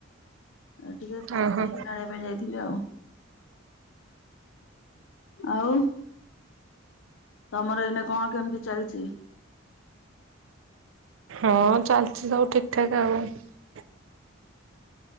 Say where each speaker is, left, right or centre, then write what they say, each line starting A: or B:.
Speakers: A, on the left; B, on the right.
A: ଆଉ ଟିକେ
B: ଓହୋ
A: ଟିଫିନ ଆଣିବା ପାଇଁ ଯାଇଥିଲି ଆଉ। ଆଉ। ତମର ଏନେ କଣ କେମିତି ଚାଲିଛି?
B: ହଁ ଚାଲିଛି ସବୁ ଠିକ ଠାକ ଆଉ।